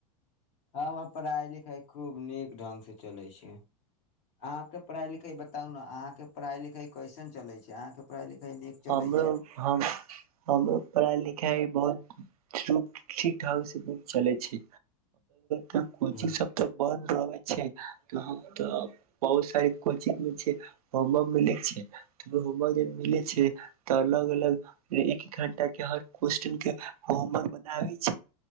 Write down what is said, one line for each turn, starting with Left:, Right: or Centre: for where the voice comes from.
Left: हाँ हमर पढ़ाई लिखाई खूब नीक ढंग से चलै छी अहाँ के पढ़ाई लिखाई बताउ ने अहाॅं के पढ़ाई लिखाई कैसन चलै छै अहाँ के पढ़ाई लिखाई नीक चलै
Right: हमरो
Left: छै
Right: हमरो पढ़ाई लिखा आई बहुत ठीक ठाक से चलै छै त कोचिंग
Left: हूँ
Right: सब तऽ बड़ लगै छै तऽ हम तऽ बहुत सारे कोचिंग बम बम मिलै छै त बजै मिले छै तऽ अलग अलग एक घण्टाके हर कोश्चन के होमवर्क बनाबै छै